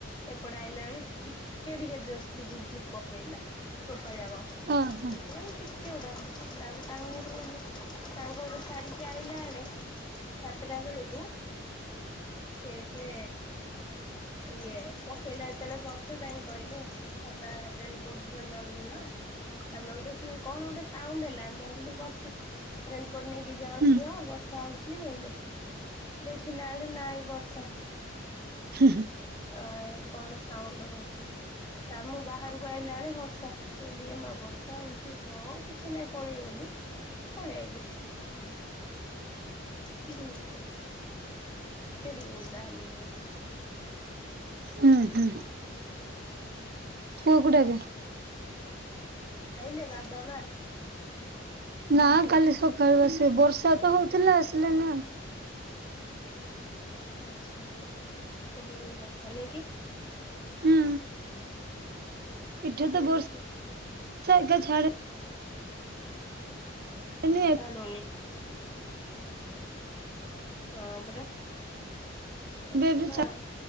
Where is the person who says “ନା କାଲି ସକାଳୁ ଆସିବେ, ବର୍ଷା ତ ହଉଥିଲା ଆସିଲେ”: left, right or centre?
Right